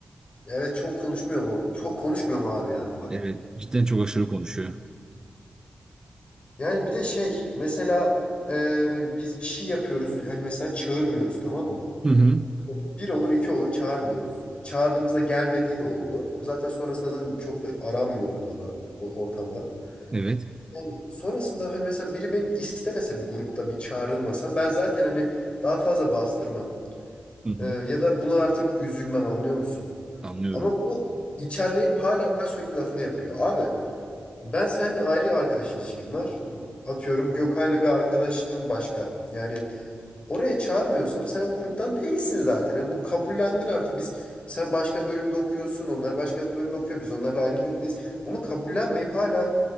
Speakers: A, on the left (about 45°); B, on the right (about 25°).
A: Evet çok konuşmuyor mu? Çok konuşmuyor mu abi ya? Bak
B: Evet cidden çok aşırı konuşuyor.
A: yani bir de şey mesela e, biz bir şey yapıyoruz hani mesela çağırmıyoruz tamam mı?
B: Hı hı.
A: Bir olur iki olur çağırmıyoruz. Çağırdığımızda gelmediği de oldu. Zaten sonrasında zaten çok da aranmıyor ortada o ortamda.
B: Evet.
A: Yani sonrasında hani mesela biri benim istemese bir grupta bir çağrılmasam ben zaten hani daha fazla bastırmam.
B: Hı hı.
A: Ee, ya da buna artık üzülmem anlıyor musun?
B: Anlıyorum.
A: Ama bu içerleyip hala sürekli lafını yapıyor. Abi ben seninle ayrı arkadaş ilişkim var. Atıyorum Gökay'la bir arkadaşlığım başka. Yani oraya çağırmıyorsam sen o gruptan değilsin zaten. Yani bu kabullendin artık. Biz sen başka bölümde okuyorsun, onlar başka bölümde okuyor. Biz onlarla aynı bölümdeyiz. Bunu kabullenmeyip hala